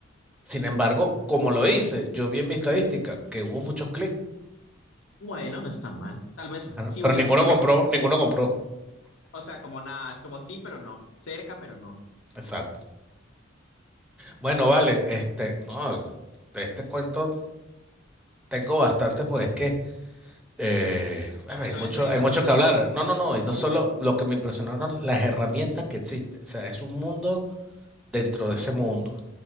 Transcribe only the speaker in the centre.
sin embargo, como lo hice, yo vi en mi estadística que hubo muchos clics,
Ajá.
pero
ninguno
compró, ninguno compró.
Exacto. Bueno, vale, este, no, de este cuento tengo bastante, pues es que eh, bueno, hay
mucho,
hay mucho
que hablar. No, no, no, y no solo
lo que me impresionaron, las herramientas que existen. O sea, es un mundo dentro de ese mundo.